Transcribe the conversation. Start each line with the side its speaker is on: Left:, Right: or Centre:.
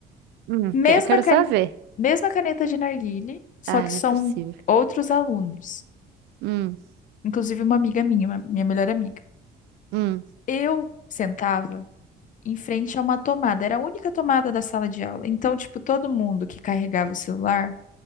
Right: hum.
Left: Mesma,
Right: que- Quero
Left: can...
Right: só ver.
Left: Mesma caneta de narguilé, só
Right: Ai,
Left: que
Right: não
Left: são
Right: é possível.
Left: outros alunos.
Right: Hum,
Left: Inclusive uma amiga minha, uma- minha melhor amiga.
Right: hum.
Left: Eu sentava em frente a uma tomada. Era a única tomada da sala de aula. Então, tipo, todo mundo que carregava o celular